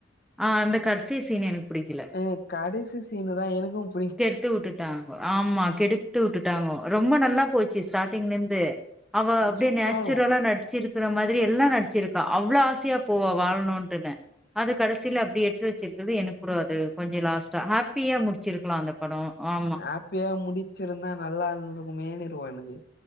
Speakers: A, in the centre; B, on the left.
A: ஆ அந்த கடசி சீன் எனக்கு புடிக்கல
B: ஏங்க கடைசி சீனு தா எனக்கும்
A: கெடுத்து உட்டுட்டாங்க ஆமா கெடுத்து உட்டுட்டாங்க ரொம்ப நல்லா போச்சு ஸ்டார்ட்டிங்ல இருந்து அவ அப்டியே
B: சூப்பரா
A: நேச்சுரலா
B: இருக்கு
A: நடிச்சிரு க்கிற மாதிரி எல்லா நடிச்சிருக்கா அவ்வளவு ஆசையா போவா வாழனுன்ட்டுனு அது கடைசில அப்டி எடுத்து வச்சிருக்குது எனக்கு கூட அது கொஞ்சோ லாஸ்டா ஹாப்பியா முடிச்சிருக்கலா அந்த படோ ஆ
B: ஹாப்பியா முடிச்சிருந்தா நல்லா இருந்துருக்குமேன்னு இருக்கு எனக்கு